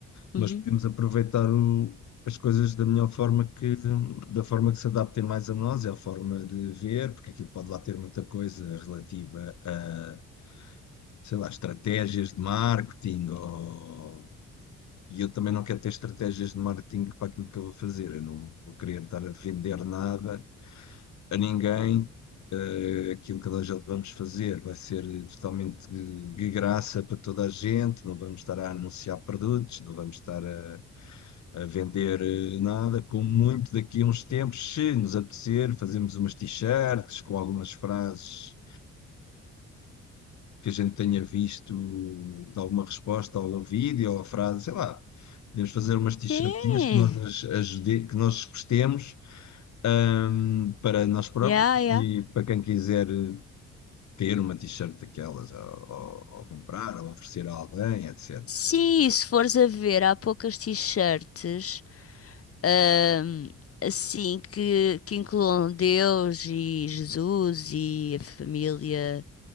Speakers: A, on the left; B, on the left.
A: mas
B: Uhum.
A: podemos aproveitar o- as coisas da melhor forma que da forma que se adaptem mais a nós, é a forma de ver, porque aquilo pode lá ter muita coisa relativa a, sei lá, estratégias de marketing ou. E eu também não quero ter estratégias de marketing para aquilo que eu vou fazer. Eu não vou querer estar a vender nada a ninguém. Eh, aquilo que nós vamos fazer vai ser totalmente de, de graça para toda a gente, não vamos estar a anunciar produtos, não vamos estar a, a vender eh, nada, como muito daqui a uns tempos, se nos apetecer, fazemos umas t-shirts com algumas frases que a gente tenha visto de alguma resposta ao vídeo ou a frase, sei lá. Podemos fazer umas t-shirtinhas
B: Sim.
A: que nós, as- ajude, que nós gostemos, ahm, para nós próprios
B: Yeah, yeah.
A: e para quem quiser ter uma t-shirt daquelas, ou, ou- ou comprar, ou oferecer a alguém, etc.
B: Sim, se fores a ver, há poucas t-shirts ahm, assim que, que incluam Deus e Jesus e a família.